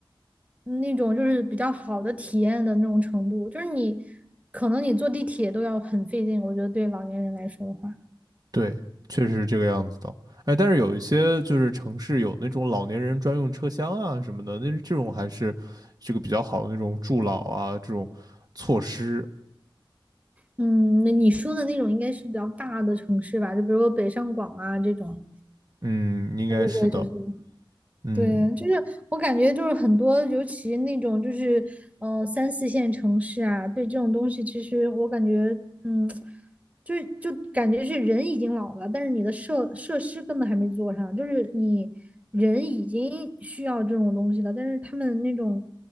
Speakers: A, on the right; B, on the right.
A: 那种就是比较好的体验的那种程度。就是你可能你坐地铁都要很费劲，我觉得对老年人来说的话，
B: 对，确实是这个样子的。哎，但是有一些就是城市有那种老年人专用车厢啊什么的，那这种还是这个比较好的那种助老啊这种措施。
A: 嗯，那你说的那种应该是比较大的城市吧，就比如说北上广啊这种，
B: 嗯，应该是的。
A: 会不会就是？
B: 嗯
A: 对，就是我感觉就是很多，尤其那种就是呃三四线城市啊，对这种东西，其实我感觉，嗯，就是就感觉是人已经老了，但是你的设设施根本还没做上，就是你人已经需要这种东西了，但是他们那种